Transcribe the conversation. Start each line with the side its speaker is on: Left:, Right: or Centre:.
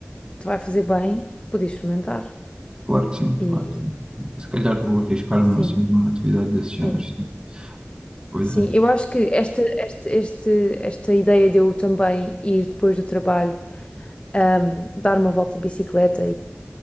Left: te vai fazer bem, podes experimentar.
Right: Claro que sim,
Left: E
Right: claro que sim. Se calhar vou arriscar-me
Left: sim,
Right: assim, numa atividade desse género,
Left: sim.
Right: sim. Pois
Left: Sim,
Right: é,
Left: eu acho que esta, este, este, esta ideia de eu também ir depois do trabalho, ahm, dar uma volta de bicicleta